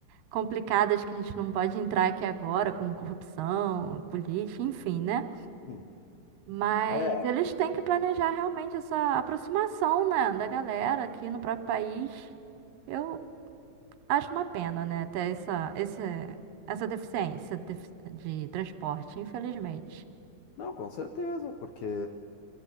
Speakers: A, on the right; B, on the left.
A: complicadas que a gente não pode entrar aqui agora, como corrupção, política, enfim, né?
B: Sim.
A: Mas
B: É,
A: eles têm que planejar realmente essa aproximação, né, da galera aqui no próprio país. Eu acho uma pena, né, ter essa, esse, essa deficiência de, de transporte, infelizmente.
B: não, com certeza, porque